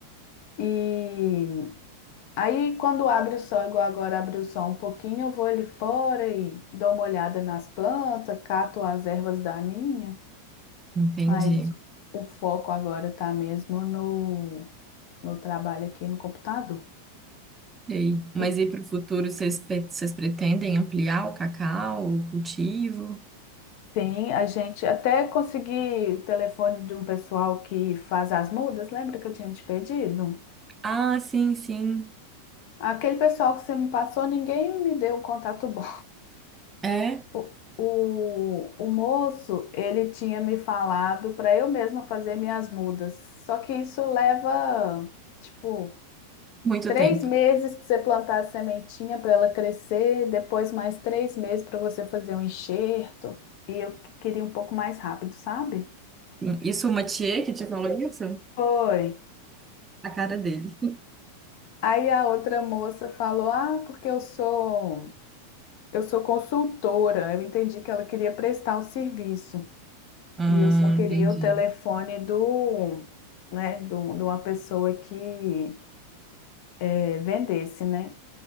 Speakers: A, on the left; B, on the right.
A: E aí, quando abre o sol, igual agora abre o sol um pouquinho, eu vou ali fora e dou uma olhada nas plantas, cato as ervas daninhas,
B: entendi.
A: mas o foco agora tá mesmo no, no trabalho aqui no computador.
B: Ei, mas
A: E
B: e para o futuro, vocês, pe- vocês pretendem ampliar o cacau, o cultivo?
A: tem a gente até consegui o telefone de um pessoal que faz as mudas, lembra que eu tinha te pedido?
B: Ah, sim, sim.
A: Aquele pessoal que você me passou, ninguém me deu um contato bom.
B: É?
A: O, o, o moço, ele tinha me falado para eu mesma fazer minhas mudas. Só que isso leva, tipo,
B: Muito
A: três
B: tempo.
A: meses para você plantar a sementinha para ela crescer, depois mais três meses para você fazer um enxerto. E eu queria um pouco mais rápido, sabe?
B: Sim. Isso o Mathieu que te falou isso?
A: Foi.
B: A cara dele.
A: Aí a outra moça falou: Ah, porque eu sou, eu sou consultora. Eu entendi que ela queria prestar um serviço.
B: Hum,
A: E eu só queria
B: entendi.
A: o telefone do, né, do, de uma pessoa que eh, vendesse, né?